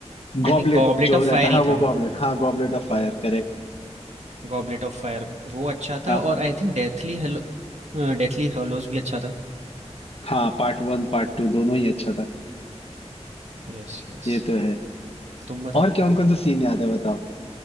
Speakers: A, on the left; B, on the right.
A: गॉबलेट
B: I think goblet
A: जो
B: of
A: रहता
B: fire
A: है
B: ही
A: हाँ वो
B: था
A: गॉबलेट
B: वो
A: हाँ गॉबलेट ऑफ फायर
B: हाँ
A: करेक्ट
B: गॉबलेट ऑफ फायर वो अच्छा था
A: हाँ
B: और आई थिंक डेथली हेलो डेथली हेलोस भी अच्छा था
A: हाँ पार्ट वन पार्ट टू दोनों ही अच्छा था
B: Yes yes
A: ये तो है
B: तुम बताओ
A: और कौन कौन सा सीन याद है बताओ